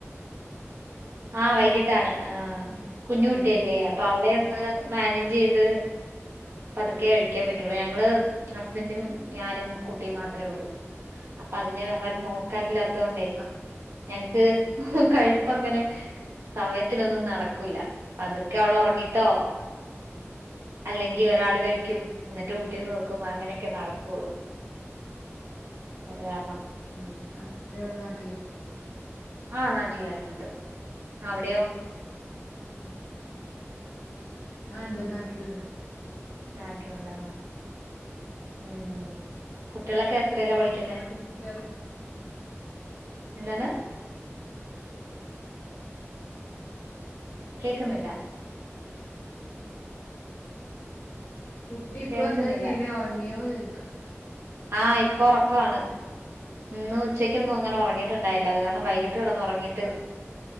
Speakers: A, on the right (about 65°); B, on the left (about 60°).
A: ആഹ് വൈകിട്ടാണ് ആഹ്
B: ഉം
A: കുഞ്ഞ്
B: റേഞ്ചിന്റെ
A: കുട്ടിയല്ലേ
B: ഇതാണ്
A: അപ്പൊ അവളെ ഒന്ന് മാനേജ് ചെയ്ത്. പതുക്കെ കഴിക്കാൻ പറ്റുള്ളൂ. ഞങ്ങള് ഹസ്ബൻറും ഞാനും കുട്ടിയും മാത്രമേ ഉള്ളൂ. അപ്പൊ അതിനെ വേറെരും നോക്കാനില്ലാത്ത കൊണ്ടേ?
B: ആ
A: ഞങ്ങക്ക് കഴിപ്പ അങ്ങനെ സമയത്തിനൊന്നും നടക്കൂല്ല. പതുക്കെ അവൾ ഉറങ്ങിട്ടോ.
B: ഉം
A: അല്ലെങ്കിൽ ഒരാൾ കഴിക്കും എന്നിട്ട് കുട്ടി നോ ക്കും അങ്ങനെയൊക്കെ നടക്കുള്ളൂ അത് കാരണം.
B: ഉം ഹസ്ബൻഡ് അവിടെ നാട്ടില് <unintelligible>
A: ആ നാട്ടിലന്നെണ്ട് അവ്ടെയോ?
B: മ് മ് ആ ണ്ട് നാട്ടില്ണ്ട്
A: നാട്ട്ലുണ്ട ആ ഏ കു ട്ട്യേളക്കെ എത്രേല പഠിക്കുന്നെ?
B: ഓ, കുട്ടി ഉറ-
A: എന്താണ്. കേക്ക്ന്ന്ല്ല.
B: കുട്ടി ഇപ്പൊ
A: കേൾക്കുന്നില്ല
B: എന്താ ചെയ്യ്ണെ ഒറങ്ങിയോ ചോയ്ക്ക.
A: ആഹ് ഇപ്പൊറക്കാണ് ഇന്ന് ഉച്ചക്കൊന്നും അങ്ങനെ ഉറങ്ങിട്ട്ണ്ടായില അത് കാരണം വൈകി ട്ട് കെടന്നൊറങ്ങിട്ട്
B: ആഹ്